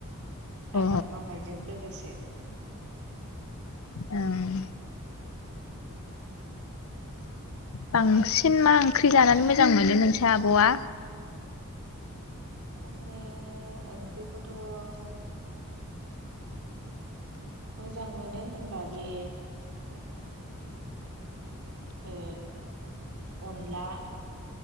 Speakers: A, on the right; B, on the left.
A: आबाद
B: अ
A: मावनायजों लोगोसे
B: ओं। बांसिन मा ओंख्रि जानानै मोजां मोनो नोंसा आब'आ?
A: आङो ओंख्रिखौथ' मोजां मोनो होनबा बे ओ अनला